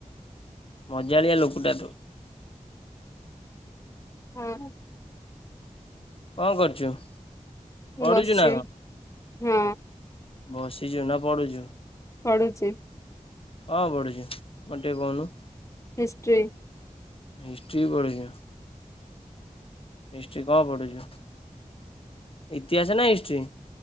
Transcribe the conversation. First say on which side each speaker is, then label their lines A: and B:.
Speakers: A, on the left; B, on the left.
A: ମଜାଳିଆ ଲୋକଟା ତୁ।
B: ହଁ।
A: କଣ କରୁଛୁ, ଏହି ପଢୁଛୁ
B: ବସିଛି
A: ନା କଣ?
B: ହଁ
A: ବସିଛୁ ନା ପଢୁଛୁ?
B: ପଢ଼ୁଚି।
A: କଣ ପଢୁଛୁ, ମତେ ଟିକେ କହୁନୁ?
B: ହିଷ୍ଟ୍ରି।
A: ହିଷ୍ଟ୍ରି ପଢୁଛୁ। ହିଷ୍ଟ୍ରି କଣ ପଢୁଛୁ, ଇତିହାସ ନା ହିଷ୍ଟ୍ରି?